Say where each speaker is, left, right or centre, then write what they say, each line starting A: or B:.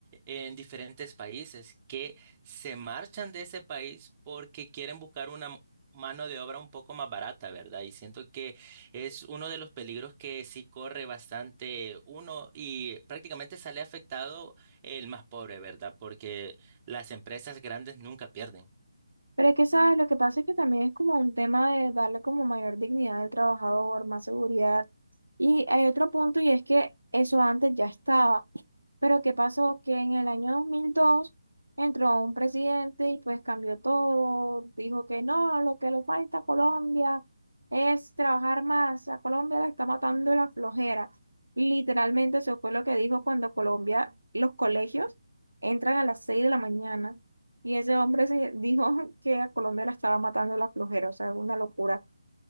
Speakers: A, on the right; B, on the right.
A: en diferentes países, que se marchan de ese país porque quieren buscar una mano de obra un poco más barata, ¿verdad? Y siento que es uno de los peligros que sí corre bastante uno y prácticamente sale afectado el más pobre, ¿verdad? Porque las empresas grandes nunca pierden.
B: Pero es que, ¿sabes? Lo que pasa es que también es como un tema de darle como mayor dignidad al trabajador, más seguridad. Y hay otro punto y es que eso antes ya estaba. Pero ¿qué pasó? Que en el año 2002 entró un presidente y pues cambió todo. Dijo que no, lo que le falta a Colombia es trabajar más. A Colombia la está matando la flojera. Literalmente eso fue lo que dijo cuando Colombia, los colegios entran a las 6 de la mañana. Y ese hombre se dijo <laughs> que a Colombia la estaba matando la flojera, o sea, una locura.